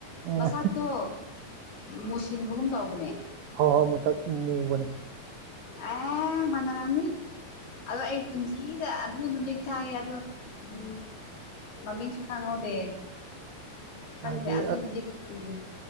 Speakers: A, on the right; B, on the left.
A: ꯎꯝ
B: ꯃꯁꯇꯣ ꯃꯨꯁꯤꯟꯕꯒꯨꯝ ꯇꯧꯕꯅꯦ
A: ꯍꯣꯏ ꯍꯣꯏ ꯃꯨꯊꯛ ꯃꯨꯕꯅꯤ
B: ꯑꯦ ꯃꯟꯗꯔꯝꯅꯤ ꯑꯗꯣ ꯑꯩ ꯄꯨꯟꯁꯤ ꯑꯗꯨ ꯅꯨꯃꯤꯠ ꯇꯥꯏ ꯑꯗꯨꯗ ꯎ ꯃꯃꯤꯡꯁꯨ ꯈꯪꯍꯧꯗꯦ ꯈꯪꯗꯦ
A: ꯍꯥꯏꯗꯤ
B: ꯑꯗꯨꯗꯨꯗꯤ ꯎꯗꯦ